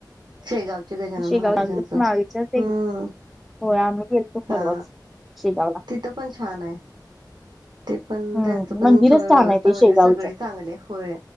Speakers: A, on the right (about 75°); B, in the centre.
A: शेगाव गजानन
B: शेगाव
A: महाराजांचं हम्म.
B: मागच्याच एक होय आम्ही गेलतो परर्व
A: हा
B: शेगावला.
A: तिथं पण छान आहे. ते पण
B: हम्म
A: त्यांचं पण
B: मंदिरच
A: सोय व्यवस्था
B: छान आहे ते
A: वगैरे
B: शेगावच
A: सगळे चांगले होय.